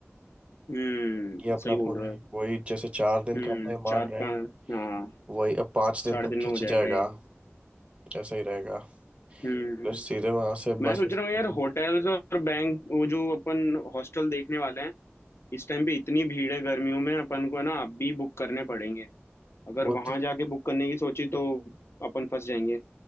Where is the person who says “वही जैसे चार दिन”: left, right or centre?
Right